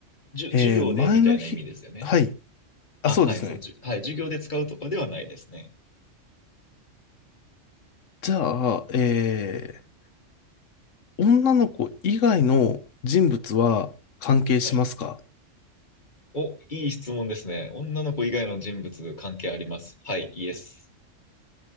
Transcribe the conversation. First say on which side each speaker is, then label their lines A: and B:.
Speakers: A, on the left; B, on the left.
A: じゅ、授業でみたいな意味ですよね。
B: えー前の日、はい。あ、
A: あ、
B: そうですね。
A: はい、そう、じゅ、はい、授業で使うとかではないですね。
B: じゃあ、えー女の子以外の人物は関係しますか
A: はい。お、いい質問ですね。女の子以外の人物関係あります。はい、イエス。